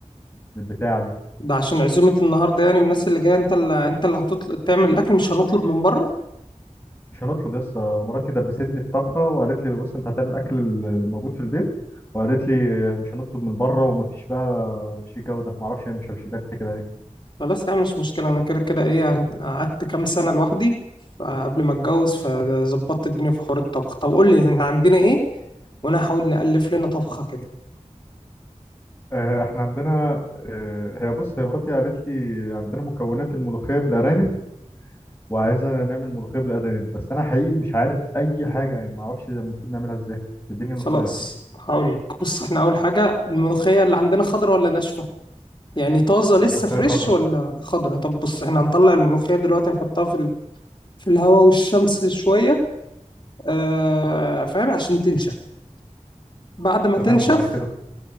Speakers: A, on the left; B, on the left.
A: للبتاعه دي
B: ده عشان عزومة النهاردة يعني والناس اللي جاية انت اللي انت اللي هتطلب تعمل الاكل مش هنطلب من بره
A: مش هنطلب يس مراتي دبستني في طبخه وقالت لي بص انت هتعمل الاكل اللي موجود في البيت وقالت لي مش هنطلب من بره ومفيش بقى مفيش جوده معرفش هي مش مش بالي كده ليه
B: خلاص يعني مش مشكلة انا كده كده ايه يعني قعدت كام سنة لوحدي فقبل ما اتجوز فظبطت الدنيا في حوار الطبخ طب قول لي احنا عندنا ايه وانا هحاول نألف لنا طبخة كده
A: آه، احنا عندنا آه، هي بص هي مراتي قالت لي عندنا مكونات الملوخيه بالارانب وعايزة نعمل ملوخية بالأرانب بس أنا حقيقي مش عارف أي حاجة يعني ما أعرفش المفروض نعملها إزاي تديني نصايح
B: خلاص
A: كده
B: هقول لك بص احنا اول حاجة الملوخية اللي عندنا خضرة ولا ناشفة يعني طازة لسه
A: ملوخية
B: فريش
A: خضراء
B: ولا خضرة طب بص احنا هنطلع الملوخية دلوقتي نحطها في ال... في الهواء والشمس شوية آه فاهم عشان تنشف بعد ما
A: تمام
B: تنشف
A: وبعد كده